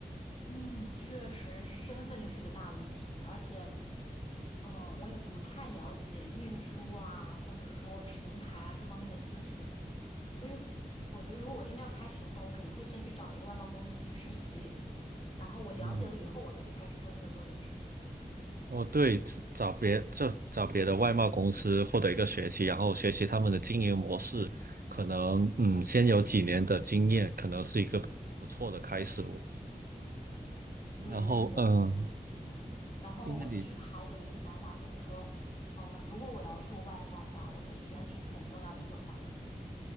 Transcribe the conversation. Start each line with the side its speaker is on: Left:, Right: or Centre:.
Left: 嗯，确实，身份就是一个大问题，而且。嗯，我也不太了解运输啊，或者说平台啊这方面的知识，所以我觉得如果我真的要开始的话，我肯定会先去找一个外贸公司去实习，然后我了解了以后，
Right: 嗯。
Left: 我再去开始正式的做这个事情。
Right: 哦，对，找别就找别的外贸公司获得一个学习，然后学习他们的经营模式，可能嗯，先有几年的经验，可能是一个不错的开始哦
Left: 对，
Right: 然后嗯，
Left: 我很认同这个观点。然后我其实还有一个想法，
Right: 因为你。
Left: 就是说，嗯，如果我要做外贸的话，我觉得选品是很重要的一个环节。